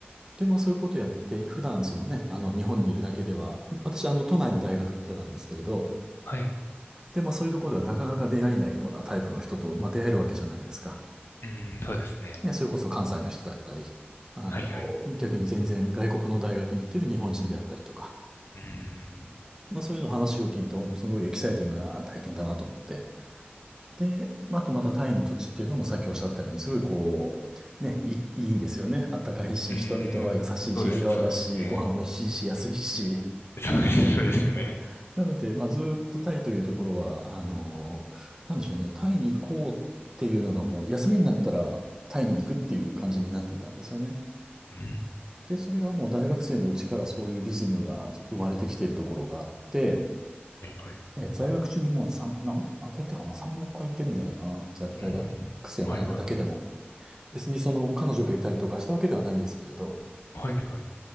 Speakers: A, on the right; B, on the left.
A: で、まあそういうことやって、普段そのね、あの日本にいるだけでは、私あの都内の大学行ってたんですけれど、
B: はい。
A: で、まあそういうところではなかなか出会えないようなタイプの人と、まあ出会えるわけじゃないですか。
B: うん、そうですね。
A: ね、それこそ関西の人だったり、あの、
B: はい、はい。
A: 逆に全然外国の大学に行ってる日本人であったりとか。
B: うん。
A: まあそういうの話を聞いて、おすごいエキサイティングな体験だなと思って。で、まああとまたタイの土地っていうのもさっきおっしゃったように、すごいこう、ね、いい、いいんですよね。あったかいし、
B: うー
A: <laughs> 人々は優しいし、
B: ん。そうです、
A: 笑顔だし、
B: そうですね。
A: ご飯美味しいし、安いし。
B: そうです、そうですよね。
A: <laughs> あなので、まあずーっとタイというところは、あのーなんでしょうね、タイに行こうっていうのがもう、休みになったらタイに行くっていう感じになっていたんですよね。
B: うん。
A: で、それがもう大学生のうちからそういうリズムが生まれてきているところがあって、
B: はいはい。
A: え在学中にもう3、何、何回行ったかな ?3、4回行ってるんじゃないかな。在大学生の間だけでも。
B: うん。はいはい。
A: 別にその彼女がいたりとかしたわけではないんですけれど、
B: はいはい。